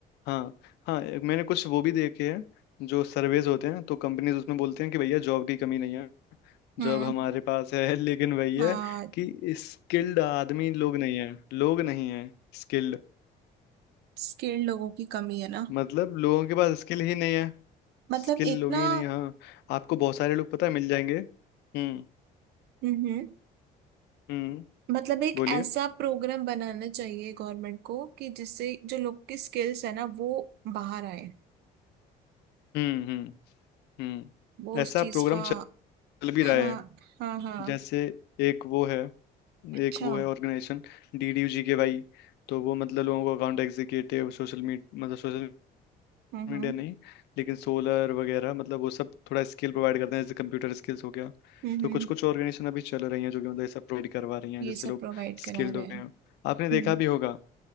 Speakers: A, on the left (about 80°); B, on the right (about 75°).
A: हाँ हाँ एक मैंने कुछ वो भी देखे हैं जो सर्वेज होते हैं तो कंपनीज उसमें बोलते हैं कि भैया जॉब की कमी नहीं है
B: हम्म
A: जॉब हमारे पास है <laughs> लेकिन वही
B: हाँ
A: है कि स्किल्ड आदमी लोग नहीं है लोग नहीं है स्किल्ड
B: स्किल्ड लोगों की कमी है ना
A: मतलब लोगों के पास स्किल ही नहीं है
B: मतलब
A: स्किल
B: एक
A: लोग
B: ना
A: ही नहीं हाँ आपको बहुत सारे लोग पता है मिल जाएंगे हम्म
B: हम्म हम्म।
A: हम्म
B: मतलब एक
A: बोलिए
B: ऐसा प्रोग्राम बनाना चाहिए गवर्नमेंट को कि जिससे जो लोग की स्किल्स है ना वो बाहर आए
A: हम्म हम्म हम्म
B: वो उस
A: ऐसा
B: चीज
A: प्रोग्राम
B: का
A: चल भी
B: हाँ
A: रहा है
B: हाँ हाँ
A: जैसे एक वो है
B: अच्छा
A: एक वो है ऑर्गेनाइजेशन डीडीयू जीके भाई तो वो मतलब लोगों को अकाउंट एग्जीक्यूटिव सोशल मीडिया मतलब सोशल
B: हम्म
A: मीडिया
B: हम्म
A: नहीं लेकिन सोलर वगैरह मतलब वो सब थोड़ा स्किल प्रोवाइड करते हैं जैसे कंप्यूटर स्किल्स हो गया
B: हम्म हम्म,
A: तो
B: हम्म,
A: कुछ कुछ ऑर्गेनाइजेशन अभी चल रही हैं जो कि मतलब ये सब प्रोवाइड करवा रही हैं
B: ये
A: जिससे
B: सब
A: लोग
B: प्रोवाइड करा
A: स्किल्ड
B: रहे
A: हो
B: हैं
A: गए हैं आपने देखा
B: हम्म
A: भी होगा